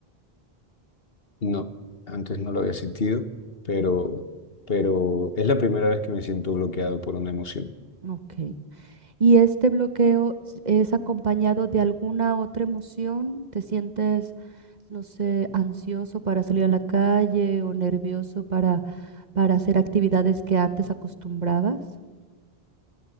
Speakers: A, on the left; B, on the right.
A: No, antes no lo había sentido, pero, pero es la primera vez que me siento bloqueado por una emoción.
B: Ok. ¿Y este bloqueo es acompañado de alguna otra emoción? ¿Te sientes, no sé, ansioso para salir a la calle o nervioso para, para hacer actividades que antes acostumbrabas?